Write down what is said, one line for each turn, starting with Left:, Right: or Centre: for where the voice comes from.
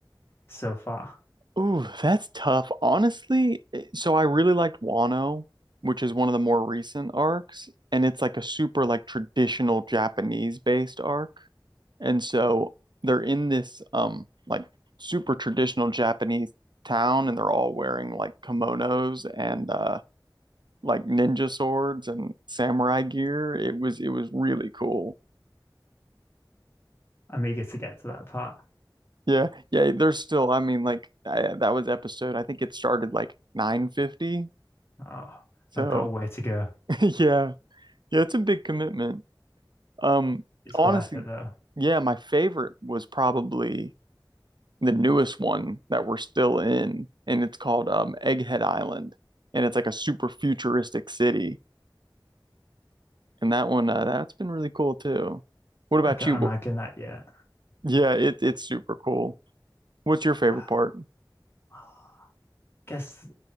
Left: so far?
Right: Ooh, that's tough. Honestly, it- so I really liked Wano, which is one of the more recent arcs, and it's like a super like traditional Japanese based arc. And so they're in this um like super traditional Japanese town and they're all wearing like kimonos and uh like ninja swords and samurai gear. It was it was really cool.
Left: I'm eager to get to that part.
Right: Yeah, yeah, there's still, I mean, like I, that was episode, I think it started like 950.
Left: Oh,
Right: So,
Left: I've got a way to go.
Right: <laughs> yeah. Yeah, it's a big commitment. Um,
Left: It's
Right: honestly,
Left: worth it though.
Right: yeah, my favorite was probably the newest one that we're still in, and it's called um, Egghead Island, and it's like a super futuristic city. And that one, uh, that's been really cool too. What about
Left: I can't
Right: you?
Left: imagine
Right: Wh-
Left: that yet.
Right: Yeah, it it's super cool. What's your favorite
Left: <sighs>
Right: part?
Left: I Guess